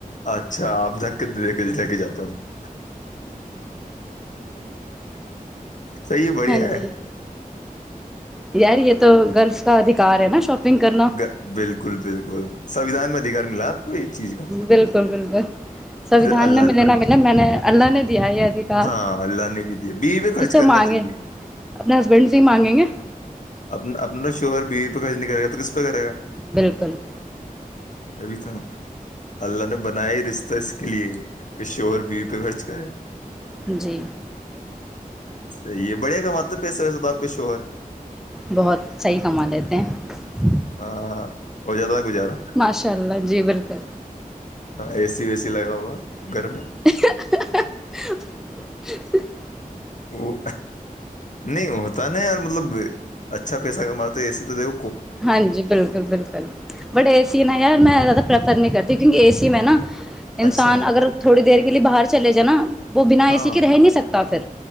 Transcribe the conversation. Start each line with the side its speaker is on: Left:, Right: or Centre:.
Left: اچھا آپ دھک کے د دے کے لے کے جاتا ہوں ہ <inaudible> صحیح بڑھیا
Centre: ہاں جی
Left: ہے
Centre: یار یہ تو گرلس کا ادھار ہے نا شوق کرنا
Left: گ- بالکل بالکل سویدھان میں ادھیکار ملا آپ کو یہ چیز کا
Centre: بالکل بالکل سوھان
Left: پھر اللہ
Centre: میں ملے
Left: نے
Centre: نہا ملے میں نے اللہ نے دیا یہ ادھیکار
Left: ہاں اللہ نے بھی دیا بیوی پہ خرچ
Centre: کسے
Left: کرنا
Centre: مانگے
Left: چاہیے
Centre: اپنے ہسبینڈ بھی مانگیں گے
Left: اپنا اپنا شوہر بیوی پہ خرچ نہیں کرے گا تو کس پہ کرے گا
Centre: بالکل <unintelligible>
Left: ابھی تو اللہ نے بنائے رشتہ اس کے لیے کہ شور بیو پہ خرچ کرے
Centre: جی
Left: صحیح ہے بڑھیا گ ماتلب پیسے ویسے ہو تھا آپ کا شوہر
Centre: بہت صحیح کما لیتے ہیں
Left: ہاں ہو جات گزارا
Centre: ماشاء اللہ جی بالکل
Left: ہاں اے سی وے سی لگ رہا ہوگا
Centre: <unintelligible>
Left: گھر میں وہ نہیں ہوتا نہیں یار مطلب اچھا پیسہ کماتے ایے تو د
Centre: ہاں جی بالکل بالکل بٹ ا سین یار میں زیادہ پرریفر نہیں کرتا د کین اے سی میں نا انسان
Left: اچھا
Centre: اگر تھوڑی دیر کے کے لیے باہر چلے جاانا وہ بنا
Left: ہاں
Centre: اسی کے رہ نہیں سکتا پھر